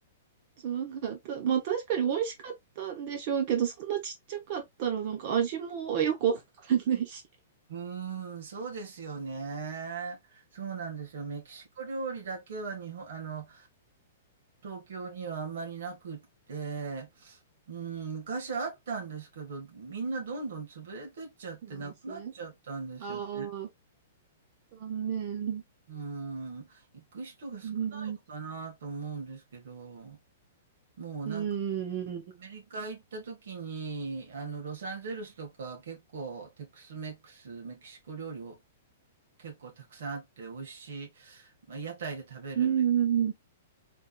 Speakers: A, on the right; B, on the right.
A: そうなんかた、まあ確かに美味しかったんでしょうけど、そんなちっちゃかったらなんか味もよくわかんないし。
B: うーん、そうですよね。そうなんですよ。メキシコ料理だけは日本、あの、東京にはあんまりなくって、うん、昔あったんですけど、みんなどんどん潰れてっちゃってなくなっちゃったんですよね。
A: なんですね。ああ、残念。
B: うん、行く人が少ないのかなと思うんですけど、
A: うん、
B: もうなんか
A: うん、うん、
B: アメリカ行った時に、あの、ロサンゼルスとか結構テックスメックス、メキシコ料理結構たくさんあって美味しい、まあ、屋台で食べる
A: うん、うん